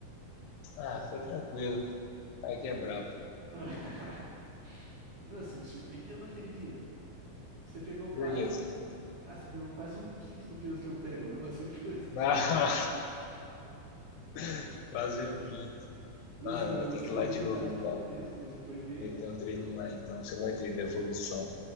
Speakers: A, on the left; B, on the right.
A: Ah, foi tranquilo. Vai que é bravo.
B: <laughs> Não, Você me surpreendeu naquele dia. Você pegou quase.
A: Por que essa fita?
B: Ah, você pegou quase um quinto do peso que eu pego. É bastante coisa.
A: Nossa, <laughs> quase um quinto.
B: Tô
A: Mano,
B: zoando.
A: tem
B: Você
A: que
B: pegou
A: ir lá de
B: metade
A: novo então.
B: do meu peso, pô. Você foi bem.
A: Meter um treino lá então, você vai ver minha evolução.